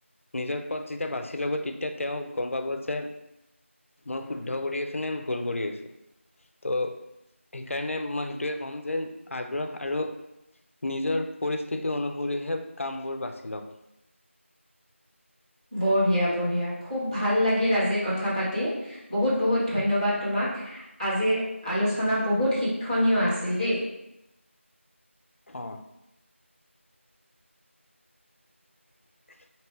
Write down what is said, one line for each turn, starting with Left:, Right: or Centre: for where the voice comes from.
Left: নিজৰ পথ যেতিয়া বাচি ল'ব তেতিয়া তেওঁ গম পাব যে মই শুদ্ধ কৰি আছোঁ নে ভুল কৰি আছোঁ ত' সেইকাৰণে মই সেইটোৱে ক'ম যে আগ্ৰহ আৰু নিজৰ পৰিস্থিতি অনুসৰিহে কামবোৰ বাছি লওক
Right: বঢ়িয়া বঢ়িয়া খুব ভাল লাগিল আজি কথা পাতি বহুত বহুত ধন্যবাদ তোমাক আজিৰ আলোচনা বহুত শিক্ষণীয় আছিল দেই
Left: অ <inaudible>